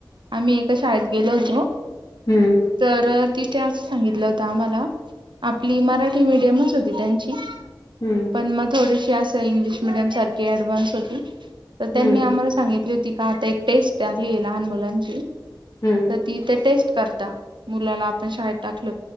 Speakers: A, on the right (about 75°); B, on the left (about 50°).
A: आम्ही एका शाळेत गेलो होतो,
B: हम्म
A: तर ति ते असं सांगितलं होत आम्हाला, आपली मराठी मीडियमच होती त्यांची.
B: हम्म
A: पण मग थोडीशी अशा इंग्लिश मिडियम सारखी ऍडव्हान्स होती. तर त्यांनी
B: हम्म
A: आम्हाला सांगितली होती का? आता एक टेस्ट आली आहे लहान मुलांची.
B: हम्म
A: तर ती इथे टेस्ट करता मुलाला आपण शाळेत टाकलं.